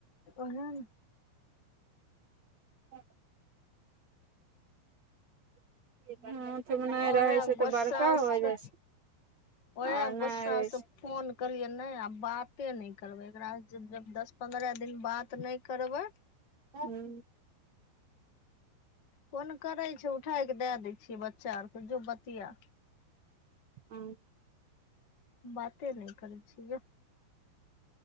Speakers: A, on the left; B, on the right.
A: ओहन
B: ह <inaudible>
A: उएह
B: रहै छै
A: गोस्साँ
B: तऽ बड़का हो जाइ छै
A: उएह
B: आर नहि
A: गोस्साँ
B: रहै छै
A: फोन कहलियै नहि आब बाते नहि करबै एकराास जब दस पन्द्रह दिन बात नहि करबै
B: ह्म
A: फोन करै छै उठाय कऽ दए दै छियै बच्चा आरके जो बतिया
B: ह <unintelligible>
A: बाते नहि करै छिय जोह